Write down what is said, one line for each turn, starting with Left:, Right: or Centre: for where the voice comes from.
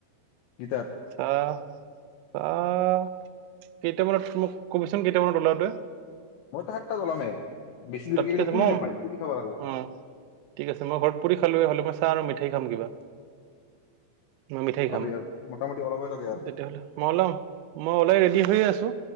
Left: গীতাত
Right: । আহ আহ কেইটামানত মোক কবিচোন কেইটামানত ওলাওঁতে
Left: মইতো হাক্টা লামে বেছি দেৰিকে
Right: ঠিক
Left: গলে
Right: আছে
Left: পুৰি
Right: মই
Left: নোপায় পুৰি খাব লাগিব
Right: অ ঠিক আছে মই ঘৰত পুৰি খালো হল মাছা আৰু মিঠাই খাম কিবা মই মিঠাই
Left: আৰু
Right: খাম
Left: ইয়াৰ মোটামুটি ওলাবই লাগে আৰু
Right: তেতিয়াহলে মই ওলাম মই ওলাই ৰেডি হৈ আছো